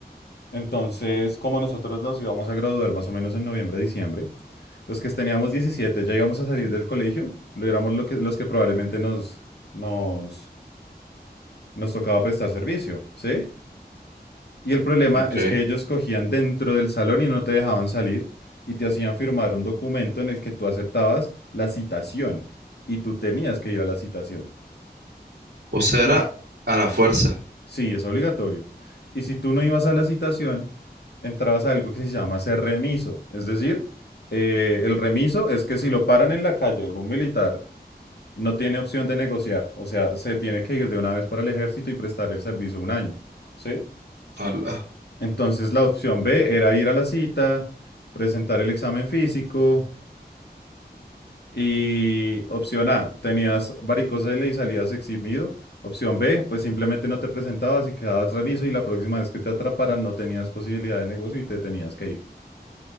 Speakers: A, on the left (about 75°); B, on the right (about 75°).
A: Entonces, como nosotros nos íbamos a graduar más o menos en noviembre, diciembre, los que teníamos 17 ya íbamos a salir del colegio, lo éramos lo que, los que probablemente nos, nos, nos tocaba prestar servicio, ¿sí? Y el problema
B: ok.
A: es que ellos cogían dentro del salón y no te dejaban salir y te hacían firmar un documento en el que tú aceptabas la citación y tú tenías que ir a la citación.
B: O sea,
A: Ish.
B: era a la fuerza.
A: Sí, es obligatorio. Y si tú no ibas a la citación, entrabas a algo que se llama ser remiso. Es decir, eh, el remiso es que si lo paran en la calle algún militar, no tiene opción de negociar. O sea, se tiene que ir de una vez para el ejército y prestar el servicio un año. ¿Sí?
B: Ala,
A: Entonces la opción B era ir a la cita, presentar el examen físico, Y opción A, tenías varicocele y salías eximido. Opción B, pues simplemente no te presentabas y quedabas remiso y la próxima vez que te atraparan no tenías posibilidad de negocio y te tenías que ir.